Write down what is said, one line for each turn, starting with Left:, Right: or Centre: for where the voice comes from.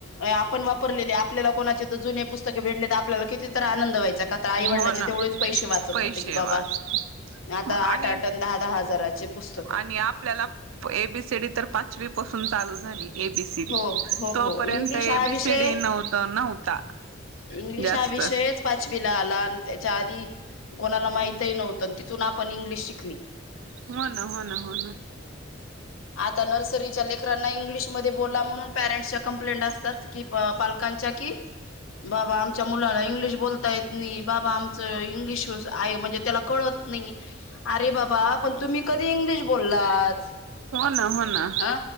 Left: आपण वाप लेली आपल्याला कोणाचे जुने पुस्तक भेटले तर आपल्याला कितीतर आनंद व्हाय चा का तर आईवडलाचे
Right: हो ना
Left: तेवढेच पैसे वाचत
Right: पैसे
Left: होते की बाबा
Right: वाच
Left: आता
Right: आणि
Left: आठ आठ दहा दहा हजाराचे पुस्तकं
Right: आणि आपल्याला एबीसीडी तर पाचवी पासून चालू एबी सी डी
Left: हो हो
Right: तोपर्यंत
Left: हो इंग्लिश
Right: एबी
Left: हा विषय
Right: सीडी न्हवतं नव्हता.
Left: इंग्लिश
Right: जास्त
Left: हा विषयच पाच विला आला आणि त्याच्या आधी कोणाला माहितही नव्हतं तिथून आपण इंग्लिश शिकली.
Right: हो ना हो ना हो ना
Left: आता नर्सरीच्या लेकरांना इंग्लिशमध्ये बोला म्हणून पॅरेन्ट्सच्या कंप्लेंट असतात कि पालकांच्या की बाबा आमच्या मुलाला इंग्लिश बोलता येत नाही बाबा आमचं इंग्लिश आहे म्हणजे त्याला कळत नाही. अरे बाबा पण तुम्ही कधी इंग्लिश बोललाच.
Right: हो ना हो ना
Left: हा